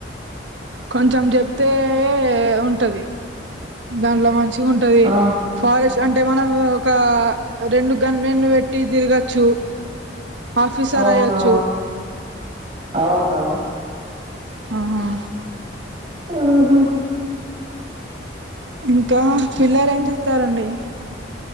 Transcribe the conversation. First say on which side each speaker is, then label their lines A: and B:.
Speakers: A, on the right; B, on the right.
A: కొంచెం చెప్తే ఉంటది దాంట్లో మంచి ఉంటది
B: ఆ
A: ఫారెస్ట్ అంటే మనం ఒక రెండు గన్ మెన్లు పెట్ తిరగచ్చు ఆఫీసర్
B: అవునా
A: అయ్యచ్చు
B: అవునా
A: ఆహా
B: ఆహా
A: ఇంకా పిల్లలు ఏం చేస్తారండి